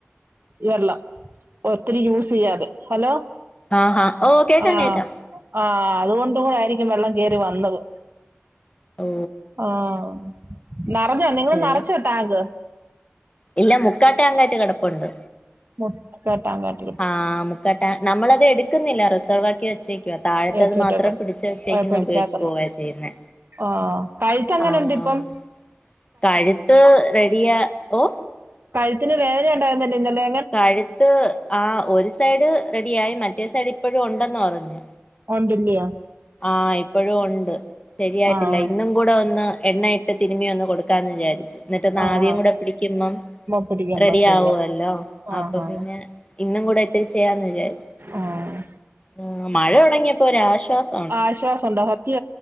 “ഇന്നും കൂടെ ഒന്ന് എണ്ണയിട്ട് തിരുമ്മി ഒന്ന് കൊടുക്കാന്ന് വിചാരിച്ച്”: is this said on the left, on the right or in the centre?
Left